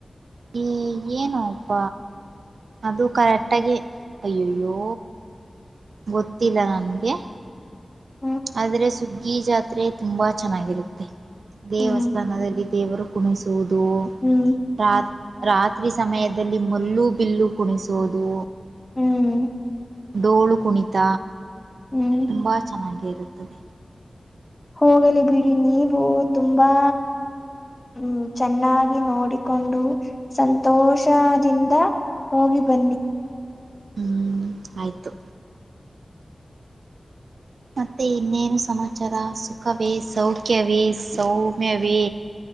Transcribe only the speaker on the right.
ಏ ಏನು ಅಪ್ಪ ಅದು ಕರೆಕ್ಟಾಗಿ ಅಯ್ಯಯ್ಯೋ ಗೊತ್ತಿಲ್ಲ ನನ್ಗೆ
ಆದ್ರೆ ಸುಗ್ಗಿ ಜಾತ್ರೆ ತುಂಬಾ ಚೆನ್ನಾಗಿರುತ್ತೆ ದೇವಸ್ಥಾನದಲ್ಲಿ
ದೇವರು. ಕುಣಿಸೂದು.
ರಾತ್ ರಾತ್ರಿ ಸಮಯದಲ್ಲಿ ಮುಲ್ಲು ಬಿಲ್ಲು ಕುಣಿಸೋದು
ಡೋಳು ಕುಣಿತ
ತುಂಬಾ ಚೆನ್ನಾಗಿ ಇರುತ್ತದೆ.
ಹ್ಮ್ ಆಯ್ತು. ಮತ್ತೆ ಇನ್ನೇನು ಸಮಾಚಾರ ಸುಖವೇ ಸೌಖ್ಯವೇ ಸೌಮ್ಯವೇ.